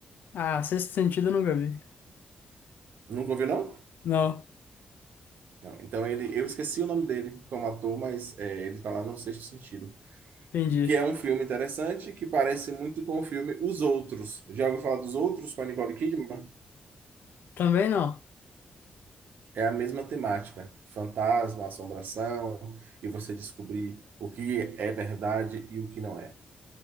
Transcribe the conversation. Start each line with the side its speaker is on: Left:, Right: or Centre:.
Left: Ah, Sexto Sentido eu nunca vi.
Right: Nunca ouviu, não?
Left: Não,
Right: Não. Então ele. Eu esqueci o nome dele como ator, mas é, ele tá lá no Sexto Sentido.
Left: entendi.
Right: Que é um filme interessante que parece muito com o filme Os Outros. Já ouviu falar dos Outros com a Nicole Kidman?
Left: Também não. <laughs>
Right: É a mesma temática, fantasma, assombração, e você descobrir o que é verdade e o que não é.